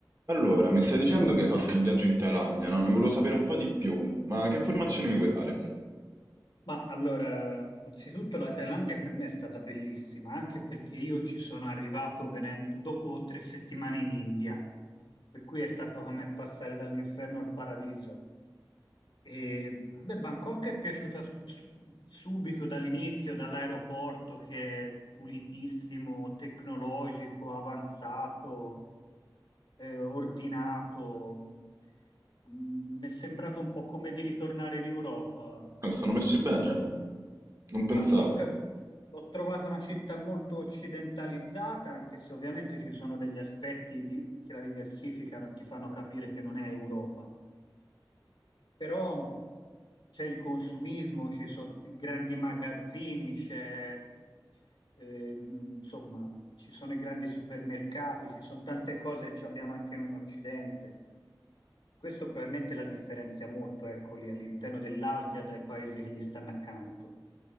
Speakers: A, on the right; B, on the left.
A: Allora, mi stai dicendo che hai fatto un viaggio in Thailandia, no? Ne volevo sapere un po' di più, ma che informazioni mi puoi dare?
B: Ma allora, anzitutto la Thailandia per me è stata bellissima, anche perché io ci sono arrivato venendo dopo tre settimane in India, per cui è stato come passare dall'inferno al paradiso. E, vabbè, Bangkok è piaciuta su- subito dall'inizio, dall'aeroporto che è pulitissimo, tecnologico, avanzato, eh, ordinato. Mm, Mi è sembrato un po' come di ritornare in Europa.
A: Ah,
B: Mm,
A: stanno messi bene? Non pensavo.
B: Bangkok l'ho trovata una città molto occidentalizzata, anche se ovviamente ci sono degli aspetti di- che la diversificano e ti fanno capire che non è Europa però c'è il consumismo, ci sono grandi magazzini, c'è, eh, insomma, ci sono i grandi supermercati, ci sono tante cose che ci abbiamo anche noi in Occidente. Questo probabilmente la differenzia molto, ecco lì, all'interno dell'Asia dai paesi che gli stanno accanto.